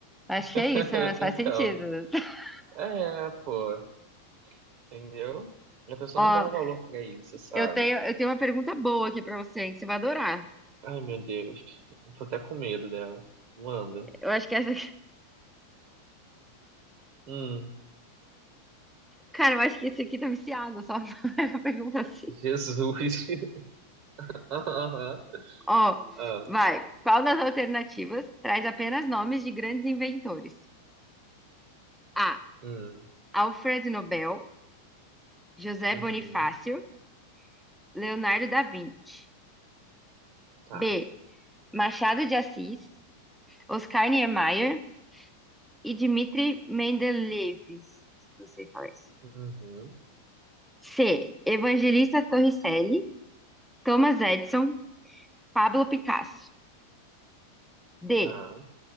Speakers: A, in the centre; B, on the right (about 45°).
A: Acho
B: <laughs>
A: que é isso, mas faz
B: Então,
A: sentido. <laughs>
B: é, pô, entendeu? E a pessoa
A: Ó,
B: não dá um valor pra isso, sabe?
A: eu tenho, eu tenho uma pergunta boa aqui pra você, que você vai adorar.
B: Ai, meu Deus. Tô até com medo dela. Manda.
A: Eu acho que essa
B: Hum,
A: Cara, eu acho que esse aqui tá viciado, só <laughs> a pergunta assim.
B: Jesus. <laughs> Aham.
A: Ó,
B: Ah,
A: vai. Qual das alternativas traz apenas nomes de grandes inventores? A.
B: hum,
A: Alfred Nobel, José
B: uhum,
A: Bonifácio, Leonardo da Vinci.
B: tá.
A: B. Machado de Assis, Oscar Niemeyer e Dmitri Mendeleev. Não sei falar isso.
B: Uhum,
A: C. Evangelista Torricelli, Thomas Edison, Pablo Picasso. D.
B: tá.